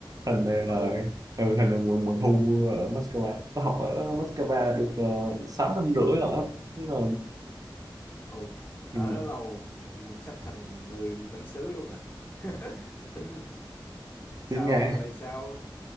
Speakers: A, on the right; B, on the left.
A: hình này là
B: Ừ,
A: ừ, hình này mùa mùa thu ở Moscow tôi học ở Moscow được uh, 6 năm rưỡi rồi đó Thế là
B: ừ. Ở
A: ừ.
B: đó lâu mình sắp thành người bản xứ luôn à. <laughs> Mình tính sao
A: <laughs> tiếng Nga
B: rồi sao